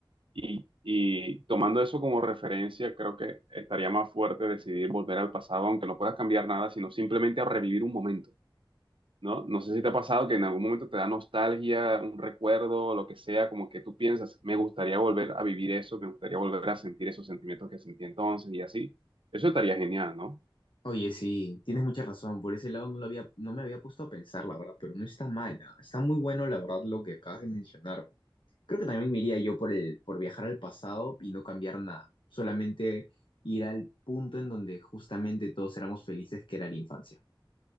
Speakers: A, on the right; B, on the left.
A: Y, y tomando eso como referencia, creo que estaría más fuerte decidir volver al pasado, aunque no puedas cambiar nada, sino simplemente a revivir un momento, ¿no? No sé si te ha pasado que en algún momento te da nostalgia, un recuerdo, lo que sea, como que tú piensas, me gustaría volver a vivir eso, me gustaría volver a sentir esos sentimientos que sentí entonces y así. Eso estaría genial, ¿no?
B: Oye, sí, tienes mucha razón. Por ese lado no lo había, no me había puesto a pensar, la verdad, pero no está mala. Está muy bueno, la verdad, lo que acabas de mencionarme. Creo que también me iría yo por el, por viajar al pasado y no cambiar nada. Solamente ir al punto en donde justamente todos éramos felices, que era la infancia.